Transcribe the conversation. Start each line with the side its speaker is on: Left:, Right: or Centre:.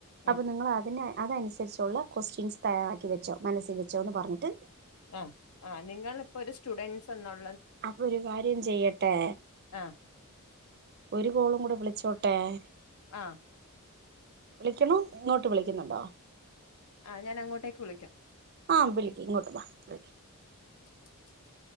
Right: അപ്പൊ
Left: ഉം
Right: നിങ്ങൾ അതിന് അത് അനുസരിച്ചുള്ള ക്വസ്റ്റ്യൻസ് തയ്യാറാക്കി വെച്ചോ മനസ്സിൽ വെച്ചോന്ന് പറഞ്ഞിട്ട്
Left: ആ ആ നിങ്ങള് ഇപ്പോ ഒരു സ്റ്റുഡന്റ്സ് എന്ന്
Right: അപ്പൊ ഒരു കാര്യം ചെയ്യട്ടെ
Left: ആഹ്
Right: ഒരു കോളും കൂടെ വിളിച്ചോട്ടെ-
Left: ആഹ്
Right: വിളിക്കണോ ഇങ്ങോട്ട് വിളിക്കുന്നുണ്ടോ
Left: ആഹ് ഞാൻ അങ്ങോട്ടേക്ക് വിളിക്കാം
Right: ആ വിളിക്കി ഇങ്ങോട്ട് വ
Left: <inaudible>